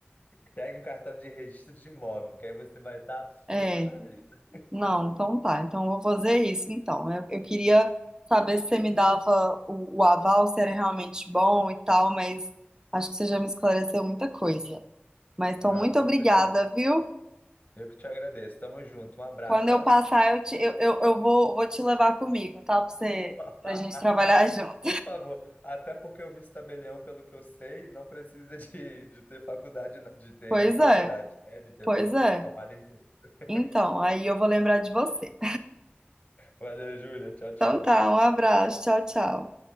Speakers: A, on the left; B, on the right.
A: Pegue um cartório de registro de imóvel, que aí você vai estar
B: é.
A: feita na vida.
B: Não, então tá. Então eu vou fazer isso então. Eu, eu queria saber se você me dava o, o aval, se era realmente bom e tal, mas acho que você já me esclareceu muita coisa. Mas então,
A: Não,
B: muito
A: com
B: obrigada,
A: certeza.
B: viu?
A: Eu que te agradeço. Tamo junto. Um abraço,
B: Quando
A: tá?
B: eu passar, eu, te- eu, eu, eu vou, vou te levar comigo, tá? Pra você,
A: <laughs>
B: pra gente trabalhar <laughs> junto.
A: Por favor. Até porque o vice-tabelião, pelo que eu sei, não precisa de, de ter faculdade, de ter
B: Pois
A: faculdade,
B: é,
A: né? De ter
B: pois
A: fa-
B: é.
A: formado em direito. <laughs>
B: Então, aí eu vou lembrar de você.
A: Valeu, Júlia. Tchau, tchau.
B: Então tá, um abraço, tchau, tchau.